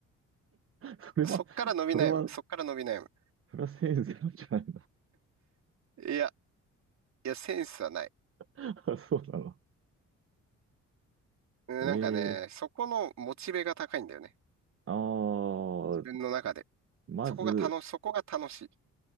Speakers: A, on the right; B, on the right.
A: それは、
B: そっから伸び悩む。
A: それは、
B: そっから伸び悩む。
A: それはせいぜいなんじゃない
B: いや、いや、センスはない。
A: の <laughs> そうなの。
B: うん、
A: ええ
B: なんかね、そこのモチベが高いんだよね。
A: ああー、
B: 自分の中で。
A: まず、
B: そこが楽し、そこが楽しい。